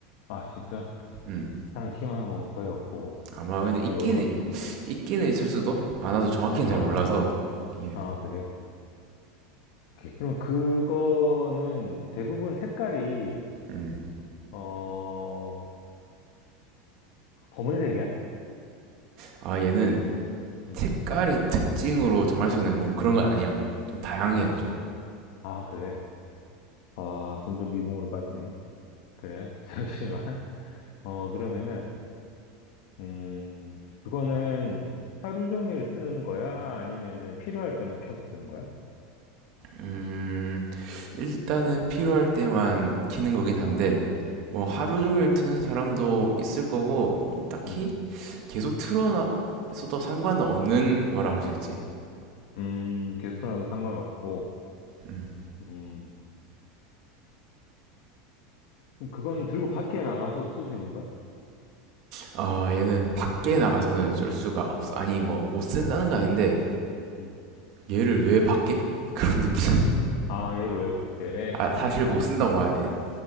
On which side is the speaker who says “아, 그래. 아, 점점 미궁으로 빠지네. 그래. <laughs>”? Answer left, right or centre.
Left